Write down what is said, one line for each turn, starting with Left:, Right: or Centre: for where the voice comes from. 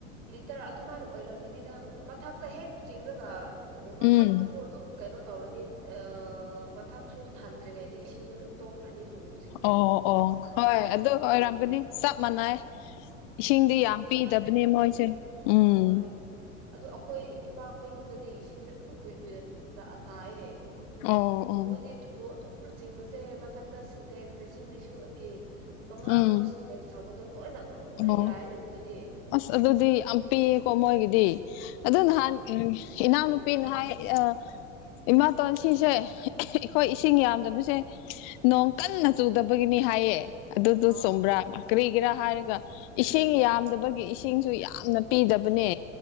Right: ꯂꯤꯇꯔ ꯑꯗꯨꯃꯥꯏꯅ ꯑꯣꯏꯔꯝꯒꯅꯤꯗ ꯃꯊꯛꯇ ꯍꯦꯛ ꯆꯤꯡꯔꯒ ꯃꯊꯛꯇꯨꯁꯨ
Left: ꯎꯝ
Right: ꯇꯨꯝ ꯀꯩꯅꯣ ꯇꯧꯔꯅꯤ ꯑꯥ ꯃꯊꯛꯁꯨ ꯊꯟꯗ꯭ꯔꯤꯉꯩꯗ ꯏꯁꯤꯡꯗꯣ ꯗꯨꯝ ꯇꯣꯛꯈ꯭ꯔꯅꯤ ꯇꯨꯂꯨ ꯆꯤꯡꯉꯁꯨ
Left: ꯑꯣ ꯑꯣ ꯍꯣꯏ
Right: ꯑꯗꯨꯒꯤ
Left: ꯑꯗꯨ ꯑꯣꯏꯔꯝꯒꯅꯤ ꯆꯞ ꯃꯥꯟꯅꯩ ꯏꯁꯤꯡꯗꯤ
Right: ꯊꯨꯅ
Left: ꯌꯥꯝ ꯄꯤꯗꯕꯅꯦ
Right: ꯇꯠꯂꯦꯅꯦ
Left: ꯃꯣꯏꯁꯦ ꯎꯝ
Right: ꯍꯣꯏ ꯑꯗꯣ ꯑꯈꯣꯏ ꯏꯄꯥ ꯈꯣꯏꯔꯣꯝꯗꯗꯤ ꯏꯁꯤꯡꯁꯦ ꯑꯗꯨꯝ ꯀꯨꯏ ꯀꯨꯏꯅ ꯇꯥ ꯇꯥꯏꯌꯦ
Left: ꯑꯣ ꯑꯣ
Right: ꯃꯣꯏꯗꯤ ꯇꯨꯂꯨ ꯑꯗꯨꯝ ꯆꯤꯡꯕꯁꯦ ꯃꯊꯛꯇ ꯁꯤꯟꯇꯦꯛꯁ ꯂꯤꯁꯤꯡ ꯂꯤꯁꯤꯡꯒꯤ ꯃꯉꯥ
Left: ꯎꯝ
Right: ꯇꯔꯨꯛ ꯁꯤꯟꯇꯦꯛꯁ ꯊꯝꯕꯗꯣ ꯂꯣꯏꯅ ꯑꯗꯨꯝ ꯂꯣꯏꯅ
Left: ꯑꯣ
Right: ꯌꯥꯏꯅꯦ ꯃꯣꯏꯗꯤ
Left: ꯑꯁ ꯑꯗꯨꯗꯤ ꯌꯥꯝ ꯄꯤꯌꯦꯀꯣ ꯃꯣꯏꯒꯤꯗꯤ ꯑꯗꯨ ꯅꯍꯥꯟ ꯏꯅꯥꯎꯅꯨꯄꯤ
Right: ꯎꯝ
Left: ꯅ ꯍꯥꯏꯌꯦ ꯑꯥ ꯏꯃꯥꯇꯣꯟ ꯁꯤꯁꯦ ꯑꯩꯈꯣꯏ
Right: ꯎꯝ
Left: ꯏꯁꯤꯡ ꯌꯥꯝꯗꯕꯁꯦ ꯅꯣꯡ ꯀꯟꯅ ꯆꯨꯗꯕꯒꯤꯅꯤ ꯍꯥꯏꯌꯦ ꯑꯗꯨꯗꯣ
Right: ꯑ
Left: ꯆꯣꯝꯕ꯭ꯔꯥ ꯀꯔꯤꯒꯤꯔꯥ ꯍꯥꯏꯔꯒ
Right: ꯎꯝ
Left: ꯏꯁꯤꯡ ꯌꯥꯝꯗꯕ ꯒꯤ ꯏꯁꯤꯡꯁꯨ ꯌꯥꯝꯅ ꯄꯤꯗꯕꯅꯦ